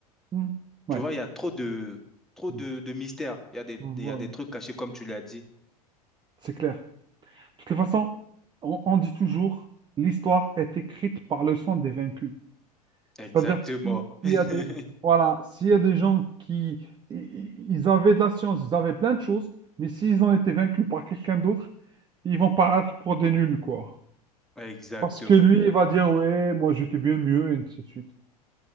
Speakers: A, on the right (about 20°); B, in the centre.
A: Mm. Ouais.
B: Tu vois, il y a trop de, trop
A: Oui.
B: de, de mystères. Il y a des,
A: Voilà.
B: des- il y a des trucs cachés, comme tu l'as dit.
A: C'est clair. De toute façon, on, on dit toujours, l'histoire est écrite par le sang des vaincus.
B: Exactement.
A: C'est-à-dire, si- s'il
B: <laughs>
A: y a des, voilà, s'il y a des gens qui, i- i- ils avaient de la science, ils avaient plein de choses, mais s'ils ont été vaincus par quelqu'un d'autre, ils vont paraître pour des nuls, quoi.
B: Exactement.
A: Parce que lui, il va dire, ouais, moi j'étais bien mieux, et ainsi de suite.